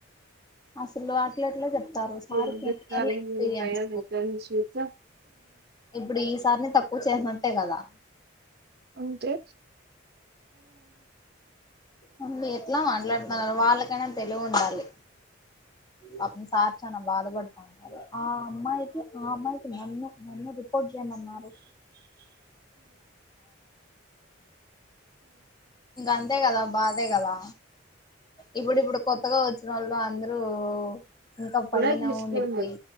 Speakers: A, on the left; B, on the right.
A: అసలు అట్లా ఎట్లా చెప్ ప్తారు సార్కి
B: ఏం చెప్తారు
A: ఎన్ని ఏళ్ల ఎక్స్పీరియన్స్
B: కయాల్ ఇంటర్న్షిప్
A: ఉంది సార్ని తక్కువ చేసినట్టే కదా
B: అంతే
A: అ ఎట్లా మాట్లాడతన్నారు వాళ్ళకైనా తెలివి ఉండాలి పాపం సార్ చనా బాధపడతానరు ఆ అమ్మాయికి ఆ అమ్మాయికి నన్ను నన్ను రిపోర్ట్ చెయ్మన్నారు ఇంగ అంతే కదా బాధే కదా ఇప్పుడు ఇప్పుడు కొత్తగా వచ్చిన వాళ్ళు అందరూ ఇంకా పైన
B: కూడా తీసుకోండి
A: ఉండిపోయి